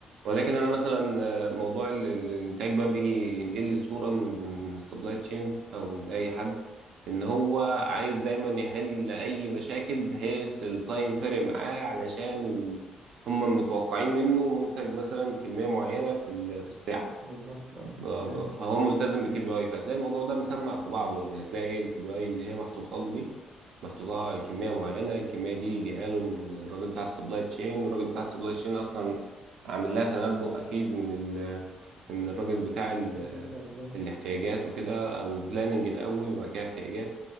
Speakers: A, on the right (about 75°); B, on the right (about 45°).
A: ولكن انا مثلا آه، موضوع ال- ال- الانتاج بقى بيجي ينقل لي صوره من من السبلاي تشين او من اي حد ان هو عايز دايما يحل اي مشاكل بحيث التايم فارق معاه علشان ال... هم متوقعين منه منتج مثلا كميه معينه في ال- في الساعه
B: بالظبط اه
A: آه،
B: أيوة،
A: فهو ملتزم بكي بي اي فهتلاقي الموضوع ده مسمع في بعضه يعني هتلاقي ايه الكي بي اي اللي هي محطوطه له دي محطوطه على كميه معينه الكميه دي جايه له من الراجل بتاع السبلاي تشين والراجل بتاع السبلاي تشين اصلا عامل لها تنبؤ اكيد من ال من الراجل بتاع ال
B: أكيد أيوة بالظبط
A: الاحتياجات وكده او البلاننج الاول وبعد كده احتياجات